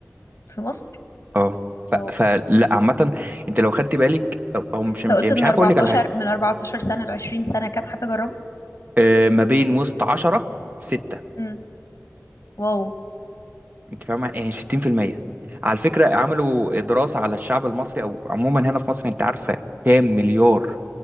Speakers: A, on the left; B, on the right.
A: في مصر
B: اه ف...
A: واو
B: فلا عامة أنت لو خدت بالك أو, أو مش
A: انت
B: يعني
A: قلت
B: مش
A: من
B: عارف
A: 14
B: أقول لك على حاجة
A: من 14 سنة ل 20 سنة كام حد جربه
B: آه، ما بين وسط عشرة ستة
A: امم واو
B: أنت فاهمة يعني 60% على فكرة عملوا دراسة على الشعب المصري أو عموما هنا في مصر أنت عارفة كام مليار